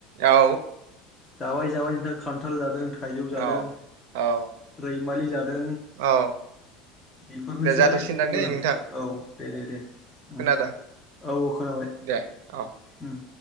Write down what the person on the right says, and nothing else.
औ।
औ औ
औ
दे जाथ'सिगोनदां
दै नोंथां
खोनादों
दे औ